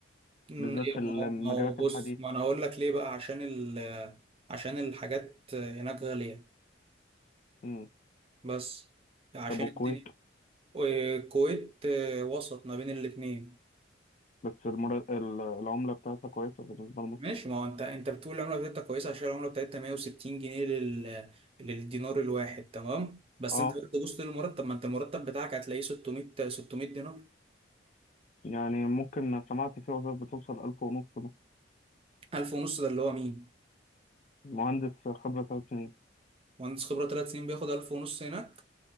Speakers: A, on the right (about 30°); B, on the left (about 40°).
A: م-
B: بالذات في المجالات
A: ما هو ما هو بص
B: الحديثة
A: ما انا هقول لك ليه بقى عشان ال عشان الحاجات هناك غاليه
B: مم.
A: بس عشان
B: طب والكويت
A: الدنيا والكويت آه، وسط ما بين الاتنين
B: بس المر... ال- العملة بتاعتها كويسة بالنسبة لمصر
A: ماشي ما هو انت انت بتقول العمله بتاعتها كويسه عشان العمله بتاعتها 160 جنيه لل... للدينار الواحد تمام بس
B: اه
A: انت برضه بص للمرتب ما انت المرتب بتاعك هتلاقيه 600 600 دينار
B: يعني ممكن سمعت في وظائف بتوصل ألف ونص مثلاً.
A: 1000 ونص ده اللي هو مين
B: مهندس خبرة ثلاث سنين
A: مهندس خبره ثلاث سنين بياخد 1000 ونص هناك